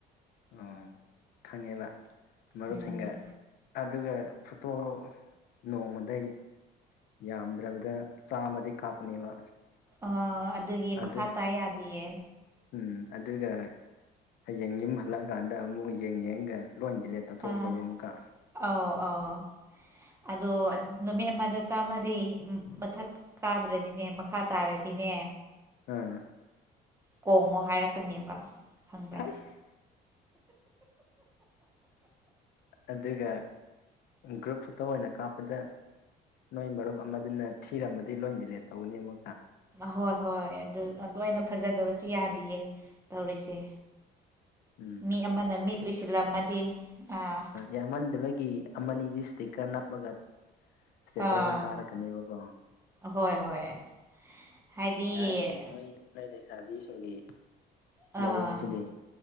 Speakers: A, on the left (about 70°); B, on the right (about 15°).
A: ꯑꯣ ꯈꯪꯉꯦꯕ ꯃꯔꯨꯞꯁꯤꯡꯒ
B: ꯎꯝ
A: ꯑꯗꯨꯒ ꯐꯣꯇꯣ ꯅꯣꯡꯃꯗꯩ ꯌꯥꯝꯗ꯭ꯔꯕꯗ ꯆꯥꯝꯃꯗꯤ ꯀꯥꯞꯄꯅꯦꯕ
B: ꯑ ꯑꯗꯨꯒꯤ ꯃꯈꯥ
A: ꯑꯗꯨ
B: ꯇꯥ ꯌꯥꯗꯤꯌꯦ
A: ꯎꯝ ꯑꯗꯨꯒ ꯍꯌꯦꯡ ꯌꯨꯝ ꯍꯜꯂꯛꯑꯒꯥꯟꯗ ꯑꯃꯨꯛ ꯌꯦꯡ ꯌꯦꯡꯒ ꯂꯣꯏ ꯗꯤꯂꯦꯠ ꯇꯧꯊꯣꯛꯇꯧꯕ
B: ꯑꯥ
A: ꯑꯃꯨꯛꯀ
B: ꯑꯧ ꯑꯧ ꯑꯗꯣ ꯅꯨꯃꯤꯠ ꯑꯃꯗ ꯆꯥꯝꯃꯗꯤ <unintelligible> ꯃꯊꯛ ꯀꯥꯗ꯭ꯔꯗꯤꯅꯦ ꯃꯈꯥ ꯇꯥꯔꯗꯤꯅꯦ
A: ꯑꯥ
B: ꯀꯣꯡꯉꯣ ꯍꯥꯏꯔꯛꯀꯅꯦꯕ ꯈꯪꯕ꯭ꯔꯥ
A: ꯍꯩꯁ ꯑꯗꯨꯒ ꯒ꯭ꯔꯨꯞ ꯐꯣꯇꯣ ꯑꯣꯏꯅ ꯀꯥꯞꯄꯗ ꯅꯣꯏ ꯃꯔꯨꯞ ꯑꯃꯗꯨꯅ ꯊꯤꯔꯝꯃꯗꯤ ꯂꯣꯏ ꯗꯤꯂꯦꯠ ꯇꯧꯒꯅꯤ ꯑꯃꯨꯛꯀ
B: ꯑꯍꯣꯏ ꯍꯣꯏ ꯑꯗꯨ ꯑꯗꯨꯃꯥꯢꯅ ꯐꯖꯗꯕꯁꯨ ꯌꯥꯗꯤꯌꯦ ꯇꯧꯔꯤꯁꯦ
A: ꯎꯝ
B: ꯃꯤ ꯑꯃꯅ ꯃꯤꯠ ꯎꯏꯁꯤꯜꯂꯝꯃꯗꯤ ꯑꯥ
A: ꯌꯥꯃꯟꯗꯕꯒꯤ ꯑꯃꯅꯤꯗꯤ ꯏꯁꯇꯤꯀꯔ ꯅꯞꯂꯒ ꯏꯁꯇꯦꯇꯁꯇ
B: ꯑꯥ
A: ꯀꯥꯔꯛꯀꯅꯦꯕꯀꯣ
B: ꯍꯣꯏ ꯍꯣꯏ ꯍꯥꯏꯗꯤ
A: ꯌꯥꯏꯍꯦ ꯅꯣꯏ ꯅꯣꯏ ꯂꯩꯁꯥꯕꯤꯁꯤꯡꯒꯤ
B: ꯑꯥ
A: ꯃꯑꯣꯡꯁꯤꯗꯤ